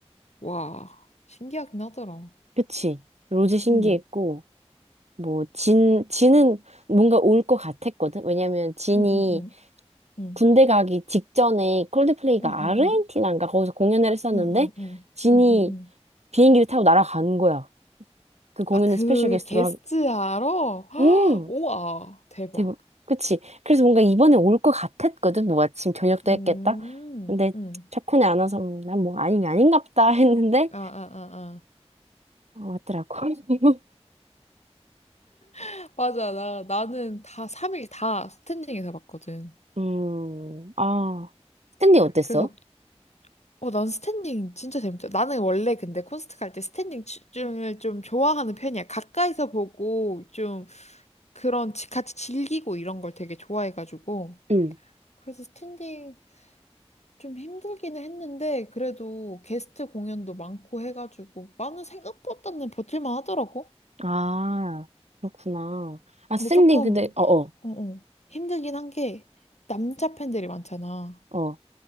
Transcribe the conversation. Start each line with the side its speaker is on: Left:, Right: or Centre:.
Left: 와, 신기하긴 하더라.
Right: 그치? 로제 신기했고
Left: 응,
Right: 뭐 진, 진은 뭔가 올 것 같았거든? 왜냐면 진이
Left: 응, 응, 응, 응.
Right: 군대 가기 직전에 콜드플레이가
Left: 응응응.
Right: 아르헨티나인가 거기서 공연을 했었는데
Left: 응응응.
Right: 진이
Left: 응응응.
Right: 비행기를 타고 날아간 거야. 그 공연을
Left: 아, 그
Right: 스페셜 게스트로
Left: 게스트
Right: 하.
Left: 알아? <gasps>
Right: 음,
Left: 우와, 대박.
Right: 대박. 그치. 그래서 뭔가 이번에 올 것 같았거든. 뭐 아침 저녁도
Left: 음,
Right: 했겠다. 근데
Left: 음.
Right: 척훈이 안 와서 음, 난뭐 아닌 게 아닌갑다 <laughs> 했는데
Left: 아, 아, 아,
Right: 어, 왔더라고. <laughs>
Left: 아. 맞아. 나, 나는 다 3일 다 스탠딩에서 봤거든.
Right: 음, 아, 스탠딩 어땠어?
Left: 그래서, 어, 난 스탠딩 진짜 재밌다. 나는 원래 근데 콘서트 갈 때 스탠딩 춤을 좀 좋아하는 편이야. 가까이서 보고 좀 그런 지- 같이 즐기고 이런 걸 되게 좋아해가지고.
Right: 응.
Left: 그래서 스탠딩 좀 힘들기는 했는데 그래도 게스트 공연도 많고 해가지고 나는 생각보다는 버틸만 하더라고.
Right: 아, 그렇구나. 아,
Left: 근데
Right: 스탠딩
Left: 조금
Right: 근데 어어
Left: 어, 어, 힘들긴 한 게 남자 팬들이 많잖아.
Right: 어. 어, 어.